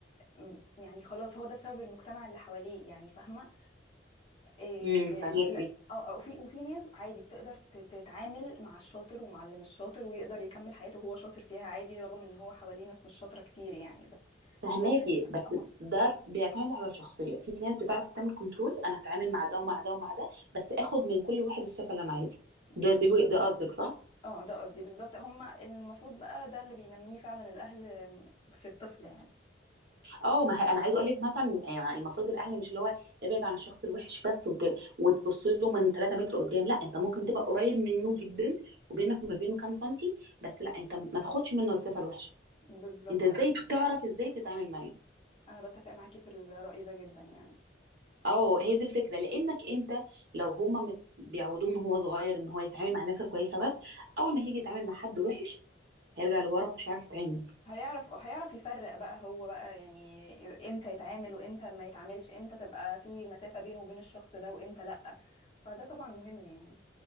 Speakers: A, on the left; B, on the right.
A: م- يعني خلاص هو ده بسبب المجتمع اللي حواليه يعني فاهمه إيه
B: امم فهماكي
A: لا اه آه، وفي وفي ناس عادي بتقدر ت- تتعامل مع الشاطر ومع اللي مش شاطر ويقدر يكمل حياته وهو شاطر فيها عادي رغم ان هو حواليه ناس مش شاطره كتير يعني بس
B: فهماكي
A: بس هي-
B: بس
A: اه
B: ده بيعتمد على الشخصية في ناس بتعرف تعمل كنترول انا هتعامل مع ده ومع ده ومع ده بس اخد من كل واحد الصفة اللي انا عايزها
A: بالظبط
B: ده ده ده قصدك صح؟
A: اه ده قصدي بالظبط هما المفروض بقى ده اللي بينميه فعلا الأهل في الطفل يعني
B: اه ما هي انا عايزه اقول لك مثلا يعني المفروض الاهل مش اللي هو ابعد عن الشخص الوحش بس وت... وتبص له من 3 متر قدام لا انت ممكن تبقى قريب منه جدا وبينك وما بينه كام سنتي بس لا انت ما تاخدش منه الصفه الوحشه
A: بالظبط
B: انت ازاي تعرف ازاي تتعامل معاه
A: أنا بتفق معاكي في الرأي ده جدا يعني
B: اه هي دي الفكره لانك انت لو هما مت... بيعودوه من هو صغير ان هو يتعامل مع الناس الكويسه بس اول ما هيجي يتعامل مع حد وحش هيرجع لورا مش عارف يتعامل
A: هيعرف هيعرف يفرق بقى هو بقى يعني إذا- امتى يتعامل وامتى ما يتعاملش امتى تبقى في مسافة بينه وبين الشخص ده وامتى لأ فده طبعا مهم يعني